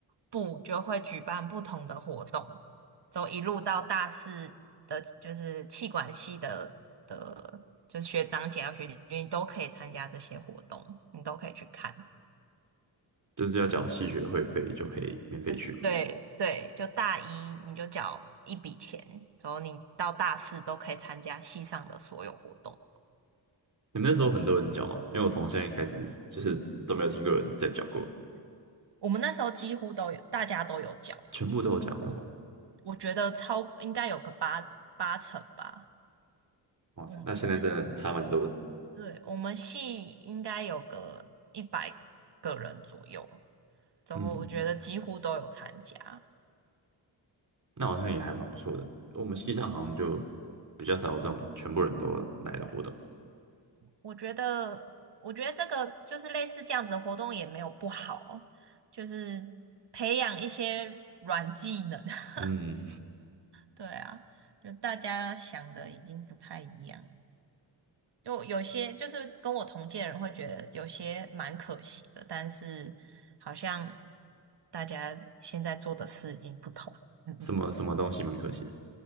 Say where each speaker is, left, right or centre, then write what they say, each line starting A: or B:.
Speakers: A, on the right (about 60°); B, on the right (about 40°).
A: 部就会举办不同的活动，之后一路到大四的，就是气管系的的，就是学长姐啊学弟，你都可以参加这些活动，你都可以去看。
B: 就是要缴系学会费就可以免费去嘛。
A: 就是对对，就大一你就缴一笔钱，之后你到大四都可以参加系上的所有活动。
B: 你们那时候很多人缴嘛？因为我从现在开始就是都没有听过有人在缴过，
A: 我们那时候几乎都有，大家都有缴。
B: 全部都有缴哦。
A: 我觉得超应该有个八八成吧。
B: 哇塞，
A: 我们我们
B: 那现在真的差蛮多的。
A: 对我们系应该有个一百个人左右，然后我觉得几乎都有参加。
B: 嗯，那好像也还蛮不错的。我们系上好像就比较少有这种全部人都来的活动。
A: 我觉得我觉得这个就是类似这样子的活动也没有不好，就是培养一些软技能。
B: 嗯，
A: <laughs> 对啊，就大家想的已经不太一样。有有些就是跟我同届的人会觉得有些蛮可惜的，但是好像大家现在做的事已经不同，嗯嗯，
B: 什么什么东西蛮可惜的。